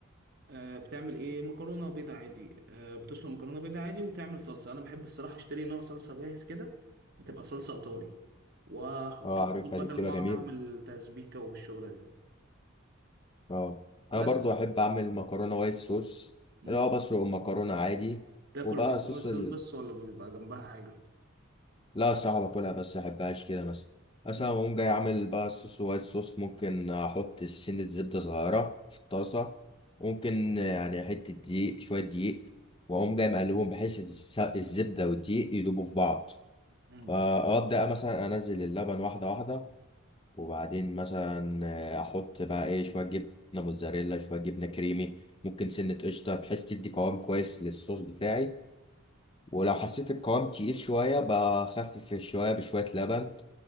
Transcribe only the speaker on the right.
آه بتعمل ايه مكرونه بيضه عادي آه بتسلق مكرونه بيضه عادي وتعمل صلصه انا بحب الصراحه اشتري نوع صلصه جاهز كده بتبقى صلصه ايطالي واحطها
على
طول بدل
ما
اقعد اعمل تسبيكه والشغله دي
بس
مم.
تاكل
المكرونه
وايت صوص
بس ولا بيبقى جنبها حاجه
مم.
مم.